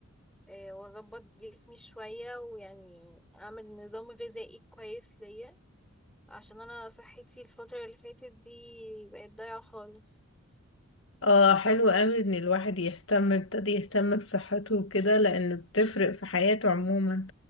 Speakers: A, in the centre; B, on the left.
A: إيه واظبط جسمي شوية ويعني اعمل نظام غذائي كويس ليا عشان انا صحتي الفترة اللي فاتت دي بقت ضايعة خالص
B: اه حلو قوي ان الواحد يهتم ابتدي يهتم بصحته وكده لان بتفرق في حياته عموما